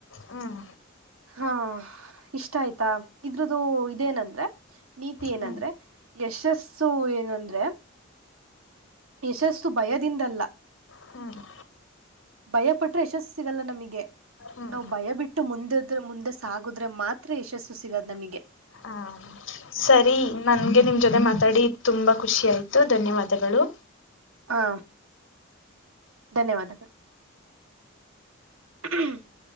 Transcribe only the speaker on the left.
ಹ್ಮ್,
ಹ್ಮ್
ಹ್ಮ್ <inaudible>
ಹ್ಮ್
ಹಾ, ಸರಿ ನನ್ಗೆ ನಿಮ್ ಜೊತೆ ಮಾತಾಡಿ ತುಂಬಾ ಖುಷಿ ಆಯ್ತು ಧನ್ಯವಾದಗಳು.